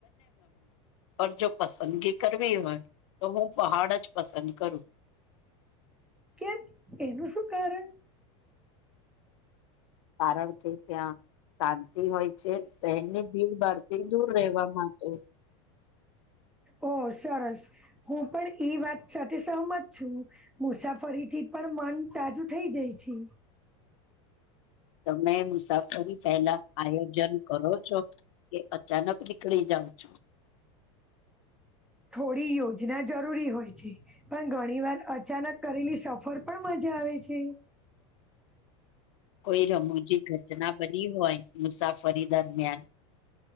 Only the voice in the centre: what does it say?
કેમ એનું શું કારણ
ઓ સરસ હું પણ એઈ વાત સાથે સહમત છું મુસાફરીથી પણ મન તાજુ થઈ જાય છે
થોડી યોજના જરૂરી હોય છે પણ ઘણી વાર અચાનક કરેલી સફર પણ મજા આવે છે